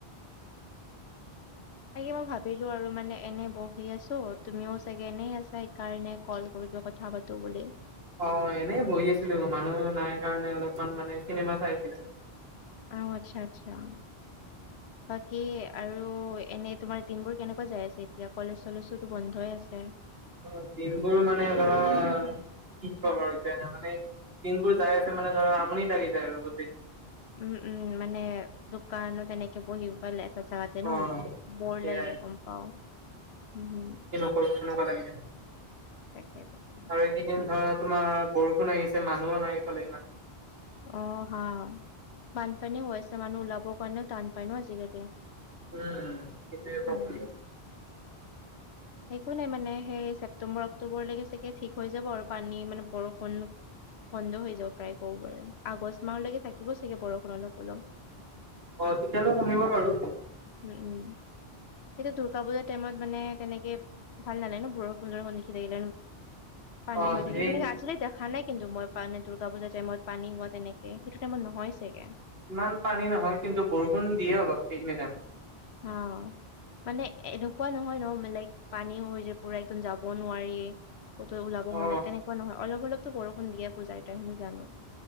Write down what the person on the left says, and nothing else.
তাকে মই ভাবিলোঁ আৰু মানে এনে ব ভ আছোঁ, তুমিও চাগে এনেই আছা, সেইকাৰণে কল কৰোঁ, কথা পাতো বুলি
অ', আচ্ছা আচ্ছা। বাকী আৰু এনে তোমাৰ দিনবোৰ কেনেকুৱা যাই আছে। এতিয়া কলেজ চলেজটোটো বন্ধই আছে।
উম্ উম্, মানে দোকান তেনেকে- তে বহি পালে এটা জেগাতে ন।
বৰ
লাগে গম পাওঁ হম হম।
তাকেহে।
অ', হা বানপানী হৈ আছে। মানুহ ওলাবৰ কাৰণে টান পায় নো আজিকালি।
উম একো নাই মানে, সেই ছেপ্টেম্বৰ অক্টোবৰলৈকে চাগে ঠিক হৈ যাব আৰু পানী মানে বৰষুণ। বন্ধ হৈ যাব পাৰে, ক'ব আগষ্ট মাহলৈকে থাকিব চাগে বৰষুণ অলপ অলপ।
উম্, উম্, সেইটো দুৰ্গা পূজাৰ টাইমত মানে তেনেকে- ভাল নালাগে ন, বৰষুণ খন দেখি থাকিলে। পানী
হৈ থাকিলে
তেনেকে, আজিলে দেখা নাই কিন্তু মই। মানে দুৰ্গা পুজা টাইমত পানী হোৱা তেনেকে, সেইটো টাইমত নহয় চাগে।
অ', মানে এনেকুৱা নহয় ন, বেলেগ পানী হৈ যায় পুৰা, একদম যাব নোৱাৰি। কতো ওলাব
মন নাই। তেনেকুৱা নহয়, অলপ অলপতো বৰষুণ দিয়ে পূজা টাইমট, সেইটো জানোঁ।